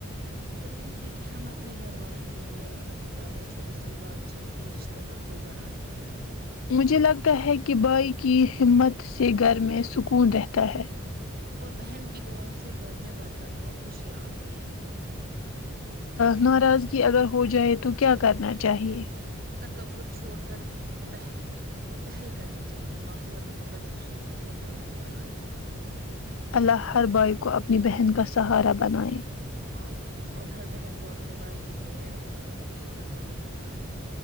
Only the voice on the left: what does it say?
مجھے لگتا ہے کہ بھائی کی ہمت سے گھر میں سکون رہتا ہے
ناراضگی اگر ہو جائے تو کیا کرنا چاہیے
اللہ ہر بھائی کو اپنی بہن کا سہارا بنائے